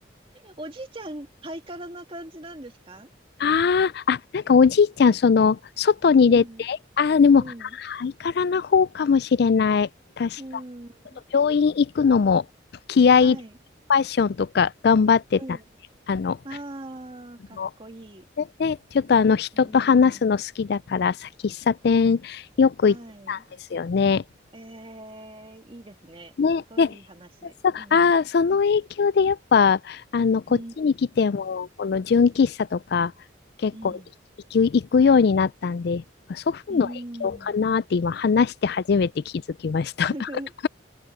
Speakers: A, on the right (about 30°); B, on the left (about 55°).
A: おじいちゃん、ハイカラな感じなんですか
B: ああ、あ、なんかおじいちゃん、その、外に出て、
A: うん、
B: ああ、でも、
A: うん、
B: ハイカラな方かもしれない。確かに。
A: うん。
B: ちょっと病院行くのも、気合い入れて、
A: はい。
B: ファッションとか頑張ってたんで。
A: うん。
B: あの、
A: ああ、
B: あの
A: かっこいい。
B: で、でちょっとあの、
A: かうん。
B: 人と話すの好きだから、さ、喫茶店よく行ってたんですよね。
A: はい。ええ、いいですね。
B: ね、
A: すごいいい話。
B: で、そ、
A: うん。
B: あー、その影響でやっぱ、あの、こっちに来ても、
A: うん。うん。
B: この純喫茶とか、結構い行く、
A: うん。
B: 行くようになったんで、祖父の影響かなって今話して初めて気づきました。
A: うん <laughs>。<laughs>
B: <laughs>